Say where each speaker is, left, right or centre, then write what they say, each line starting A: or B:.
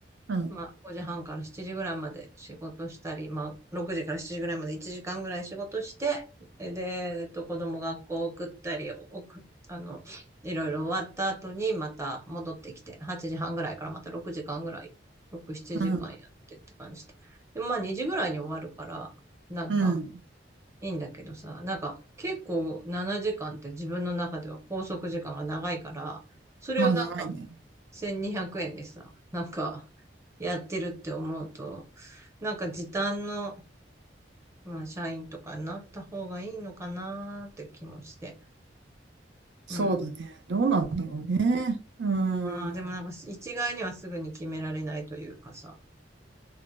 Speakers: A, on the right; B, on the right.
A: うん、
B: まあ、5時半から7時ぐらいまで仕事したり、まあ、6時から7時ぐらいまで1時間ぐらい仕事して、で、でえっと、子供学校送ったり、送っあの、いろいろ終わった後にまた戻ってきて、8時半ぐらいからまた6時間ぐらい、6、7時間やってって感じで。
A: うん、
B: で、まあ2時ぐらいに終わるから、なんか
A: うん。
B: いいんだけどさ、なんか結構7時間って自分の中では拘束時間が長いから、それをなんか
A: まあ、長いね。
B: 1200円でさ、なんかやってるって思うと、なんか時短の、まあ、社員とかになった方がいいのかなーって気もして。
A: そうだね。
B: うん。
A: どうなんだろうね。うん。
B: まあ、でもなんか一概にはすぐに決められないというかさ。